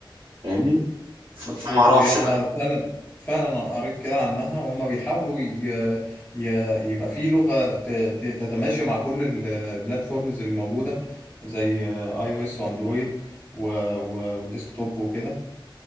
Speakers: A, on the right (about 80°); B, on the left (about 20°).
A: فاهمني ف-
B: مظبوط
A: فما اعرفش
B: هي
A: بقى
B: انا فعلا فعلا انا قريت كده عنها وهما بيحاولوا ي... ي... يبقى في لغة ت... ت- تتماشى مع كل البلاتفورمز الموجودة زي اي او اس واندرويد و... و... والديسكتوب وكده